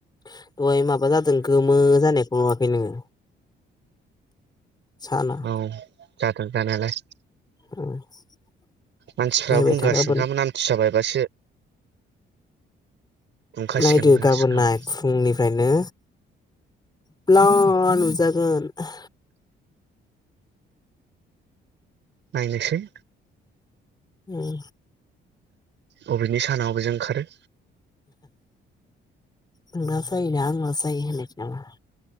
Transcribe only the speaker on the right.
औ जादों जानायालाय
मानसिफ्राबो
बुंगासिनोखामोन
आमथिसुवा बायबासो दुंखासिगोन
होनगासिनोखामोन
नायनोसै
बबेनि सानावबो जों ओंखारो